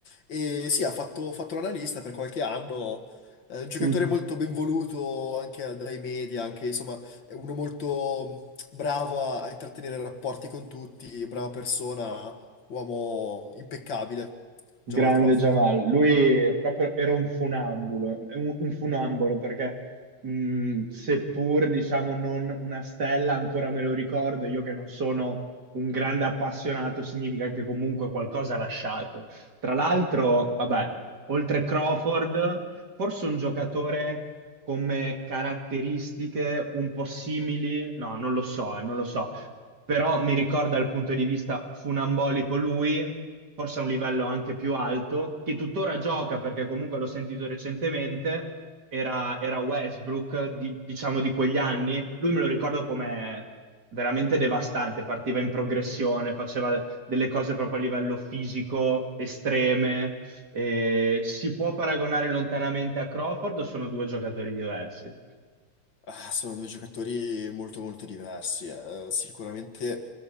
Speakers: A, on the left (about 65°); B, on the right (about 50°).
A: E sì, ha fatto, ha fatto l'analista per qualche anno è un giocatore
B: Mm.
A: molto ben voluto anche dai media, anche insomma, è uno molto mm, bravo a, a intrattenere rapporti con tutti, brava persona, uomo impeccabile, Jamal
B: Grande
A: Crawford.
B: Jamal, lui proprio era un funambulo, è un, un funambolo perché mh, seppur diciamo non una stella, ancora me lo ricordo, io che non sono un grande appassionato, significa che comunque qualcosa ha lasciato. Tra l'altro, vabbè, oltre Crawford, forse un giocatore come caratteristiche un po' simili, no, non lo so, eh, non lo so, però mi ricorda dal punto di vista funambolico lui, forse a un livello anche più alto, che tuttora gioca perché comunque l'ho sentito recentemente, era, era Westbrook, di- diciamo di quegli anni, lui me lo ricordo come veramente devastante, partiva in progressione, faceva delle cose proprio a livello fisico estreme eh, si può paragonare lontanamente a Crawford o sono due giocatori diversi?
A: Ah, sono due giocatori molto molto diversi. eh. Sicuramente